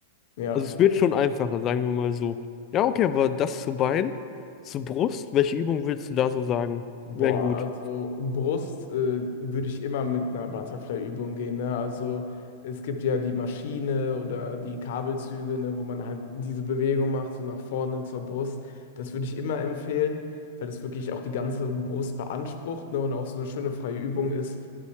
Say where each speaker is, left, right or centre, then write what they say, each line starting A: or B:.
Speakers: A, on the left (about 65°); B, on the left (about 35°).
A: Ja.
B: Also es wird schon einfacher, sagen wir mal so. Ja, okay, aber das zu Bein, zu Brust, welche Übung willst du da so sagen?
A: Boah,
B: Wären gut.
A: also Brust äh, würde ich immer mit einer Butterfly-Übung gehen, ne? Also es gibt ja die Maschine oder die Kabelzüge, ne, wo man halt diese Bewegung macht, so nach vorne zur Brust. Das würde ich immer empfehlen, weil das wirklich auch die ganze Brust beansprucht, ne, und auch so eine schöne freie Übung ist.